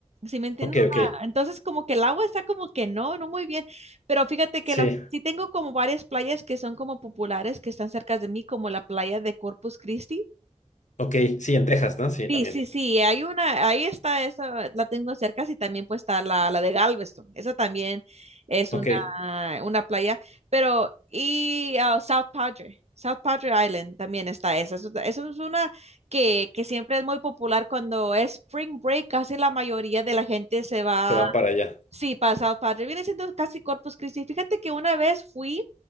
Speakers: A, on the right (about 60°); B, on the left (about 80°).
A: ¿Sí me entiendes?
B: Ok,
A: Una-
B: ok,
A: Entonces como que el agua está como que no, no muy bien, pero fíjate que
B: sí,
A: la, sí tengo como varias playas que son como populares, que están cerca de mí, como la playa de Corpus Christi.
B: ok, sí, en Texas, ¿no? Sí,
A: Sí,
B: también.
A: sí, sí, hay una, ahí está esa, la tengo cerca, y también pues está la, la de Galveston, esa también es
B: Ok,
A: una,
B: se
A: una playa, pero y ah, South Padre, South Padre Island también está esa, eso, eso es una que, que siempre es muy popular cuando es Spring Break, casi la mayoría de la gente se va
B: van para allá.
A: Sí, pasado padre. Viene siendo casi Corpus Christi. Fíjate que una vez fui